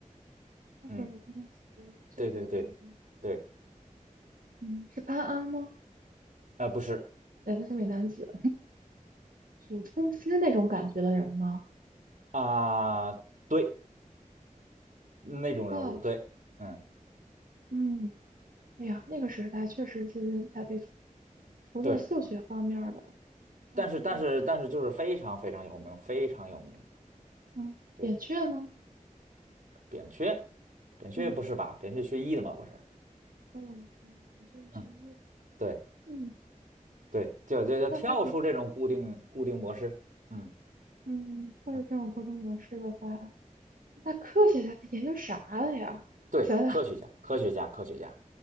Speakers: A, on the right; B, on the right.
A: 但是我都不能随这种人。
B: 嗯，对对对对，
A: 嗯，是潘安吗？
B: 啊、不是
A: 对，他是美男子，有冲之那种感觉的人吗？
B: 啊、对，那种人物，
A: 啊，
B: 对，嗯，
A: 嗯，哎呀，那个时代确实是人才辈出，除了数学方面儿的，
B: 对。
A: 那估计，
B: 但是但是但是就是非常非常有名，非常有名。
A: 嗯，
B: 对，
A: 扁鹊呢？
B: 扁鹊，扁鹊不是吧？
A: 嗯，
B: 扁鹊学医的嘛，不是？
A: 哦，对，扁鹊是学医的，
B: 嗯，对
A: 嗯，
B: 对，就就就跳出这种固定固定模式。
A: 那他的，
B: 嗯
A: 嗯，要是这种沟通模式的话，
B: 嗯，
A: 那科学家他研究啥了呀？<laughs>
B: 对，
A: 想想，
B: 科学家，科学家，科学家，